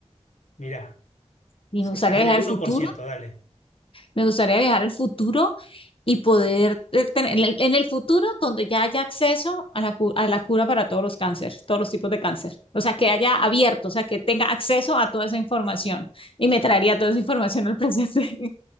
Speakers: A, on the left; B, on the left.
A: Mirá,
B: Y me gustaría
A: estás
B: viajar
A: en el
B: al
A: uno
B: futuro.
A: por ciento dale.
B: Me gustaría viajar al futuro y poder eh, tener en el, en el futuro donde ya haya acceso a la, cu- a la cura para todos los cánceres, todos los tipos de cáncer. O sea, que haya abierto, o sea, que tenga acceso a toda esa información. Y me traería toda esa información al presente,